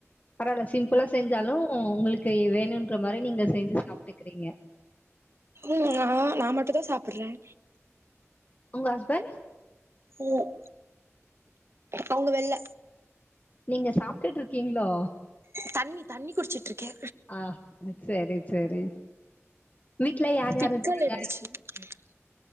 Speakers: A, on the left; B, on the right.
A: பராவால்ல சிம்புளா செஞ்சாலும் உங்ளுக்கு வேணுன்ற மாரி நீங்க செஞ்சு சாப்ட்டுக்கிறீங்க
B: ம் நான் நான் மட்டும் தான் சாப்புறன்
A: உங்க ஹஸ்பண்ட்
B: ம் அவுங்க வெள்ள
A: நீங்க சாப்டிட்டு இருக்கீங்ளோ
B: தண்ணி தண்ணி குடிச்சிட்ருக்கே
A: ஆ சேரி சேரி வீட்ல யார்
B: பிக்கல்
A: யார் இருக்காங்க
B: <unintelligible>